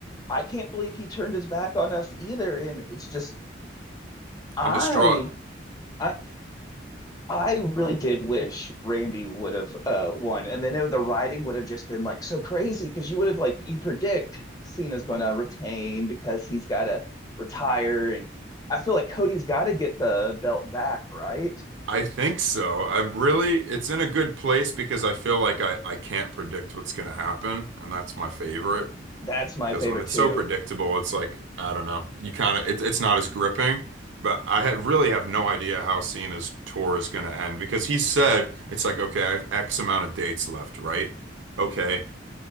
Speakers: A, on the left; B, on the right.
A: I can't believe he turned his back on us either. And it's just I
B: I'm distraught.
A: I I really did wish Randy would have uh won. And then it- the writing would have just been like so crazy because you would have like you predict Cena's gonna retain because he's gotta retire. And I feel like Cody's gotta get the belt back, right?
B: I think so. I'm really, it's in a good place because I feel like I, I can't predict what's going to happen, and that's my favorite.
A: That's my
B: Because
A: favorite
B: when it's
A: too.
B: so predictable, it's like, I don't know, you kind of, it, it's not as gripping. But I had, really have no idea how Cena's tour is going to end because he said, it's like, okay, I have X amount of dates left, right? Okay.